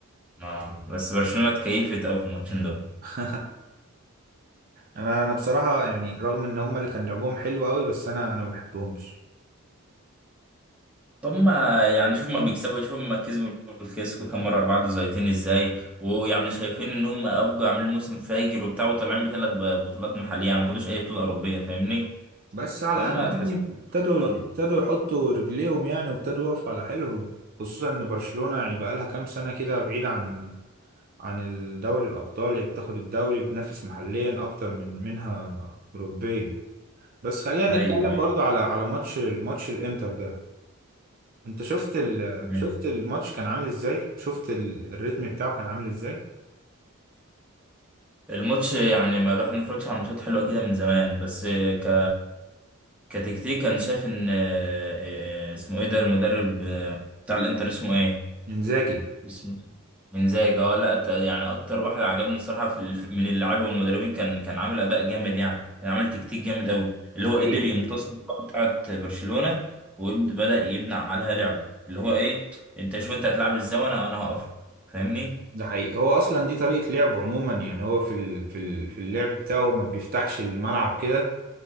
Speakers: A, in the centre; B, on the right.
A: آه بس برشلونة اتكيفت أوي في الماتشين
B: <laughs>
A: دول
B: أنا أنا بصراحة يعني رغم إن هما اللي كان لعبهم حلو قوي بس أنا أنا ما بحبهمش
A: هما يعني شوف ما بيكسبوا شوف ما كسبوا الكلاسيكو كام مرة أربعة زيتين إزاي ويعني شايفين إن هم أفجوا عاملين موسم فاجر وبتاع وطالعين بثلاث بطولات محلية يعني ما خدوش أي بطولة أوروبية فاهمني
B: بس على
A: فهم
B: الأقل
A: هتحسوا
B: يعني ابتدوا
A: فاضي
B: ابتدوا يحطوا رجليهم يعني وابتدوا يقفوا على حيلهم خصوصا إن برشلونة يعني بقالها كام سنة كده بعيدة عن عن الدوري الأبطال هي بتاخد الدوري بتنافس محليا أكتر من منها أوروبيا بس خلينا
A: أيوه
B: نتكلم برضو على على ماتش الماتش الإنتر ده أنت شفت ال...
A: أيوه
B: شفت الماتش كان عامل إزاي؟ شفت ال... الريتم بتاعه كان عامل إزاي؟
A: الماتش يعني ما الواحد ما اتفرجش على ماتشات حلوه كده من زمان بس ك كتكتيك انا شايف ان آه، آه، اسمه ايه ده المدرب آه، بتاع الانتر اسمه ايه
B: إنزاجي
A: اسمه انزاجي اه لا ت- يعني اكتر واحد عجبني الصراحه في الف- من اللاعبين والمدربين كان كان عامل اداء جامد يعني كان عامل تكتيك جامد قوي اللي
B: ده
A: هو
B: حقيقي
A: قدر يمتص
B: فعلا.
A: الكره بتاعت برشلونه وبدا يبنى عليها لعب اللي هو ايه انت شوف انت هتلعب ازاي وانا وانا هقفل فاهمني
B: ده حقيقي هو أصلا دي طريقة لعبه عموما يعني هو في ال... في ال... في اللعب بتاعه ما بيفتحش الملعب كده